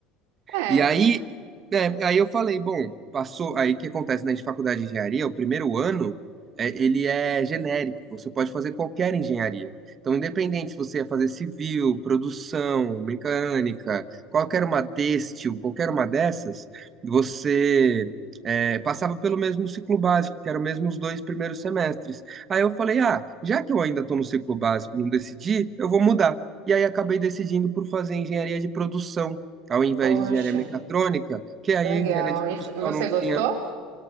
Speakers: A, on the right; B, on the right.
A: É,
B: E aí é, aí eu falei, bom, passou. Aí o que acontece na faculdade de engenharia, o primeiro ano, é, ele é genérico, você pode fazer qualquer engenharia. Então, independente se você ia fazer civil, produção, mecânica, qualquer uma têxtil, qualquer uma dessas, você é, passava pelo mesmo ciclo básico, que eram mesmo os dois primeiros semestres. Aí eu falei, ah, já que eu ainda estou no ciclo básico, e não decidi, eu vou mudar. E aí acabei decidindo por fazer engenharia de produção ao invés
A: poxa,
B: de engenharia mecatrônica, que aí
A: legal.
B: a engenharia de produção
A: E f- você
B: não
A: gostou?
B: tinha.